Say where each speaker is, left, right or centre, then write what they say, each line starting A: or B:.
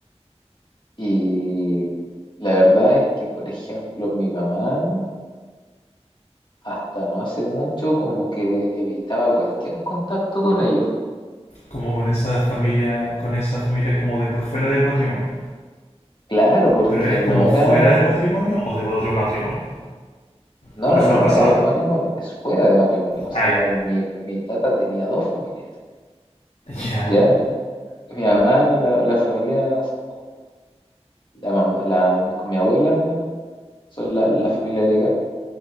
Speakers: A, on the left; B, on the left.
A: Y la verdad es que, por ejemplo, mi mamá hasta no hace mucho como que evitaba cualquier contacto con ellos.
B: Como con esa familia, con esa familia como de por fuera del matrimonio.
A: Claro, porque
B: Pero es como
A: no era
B: fuera del matrimonio o de otro matrimonio.
A: No,
B: Porque
A: no,
B: eso
A: no,
B: igual
A: no
B: pasaba.
A: hay otro matrimonio, es fuera de matrimonio. O
B: Ah,
A: sea,
B: ya.
A: con mi, mi tata tenía dos familias.
B: Ya.
A: Ya, mi mamá, la, la familia, o sea, con la mamá, la, con mi abuela, son la, la familia legal,